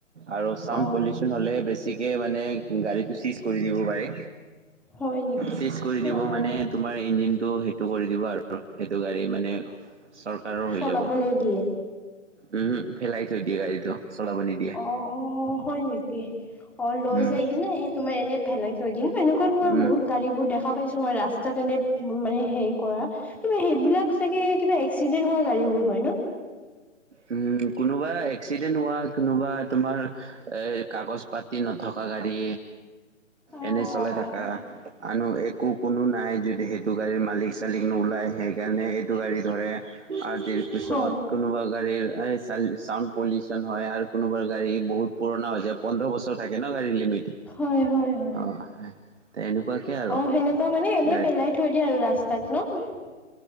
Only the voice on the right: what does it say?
আৰু চাউন
পলিছ হ'লে বেছিকে মানে গাড়ীটো চিজ কৰি দিব পাৰে।
চিজ কৰি দিব
মানে তোম তোমাৰ ইঞ্জিনটো সেইটো কৰি দিব আৰু সেইটো গাড়ী মানে চৰকাৰৰ হৈ
যাব।
উম', হম, ফেলাই থৈ দিয়ে গাড়ীটো চলাব নিদিয়ে।
উম
উম,
উম', কোনোবা এক্সিডেণ্ট হোৱা কোনোবা তোমাৰ এৰ কাগজ পাতি নথকা গাড়ী
এনে চলাই
থকা
আনো একো কোনো নাই। যদি সেইটো গাড়ীৰ মালিক চালিক নোওলায় সেইকাৰণে এইটো গাড়ী ধৰে। আজিৰ পিছত
কোনোবা গাড়ীৰ এই চাউন্ড পলিউচন হয় আৰু কোনোবাৰ গাড়ী বহুত পুৰণা হৈ যায়। পোনড্ৰ বছৰ থাকে ন গাডীৰ লিমিট
অ', তেনেকুৱাকে আৰু
গাড়ী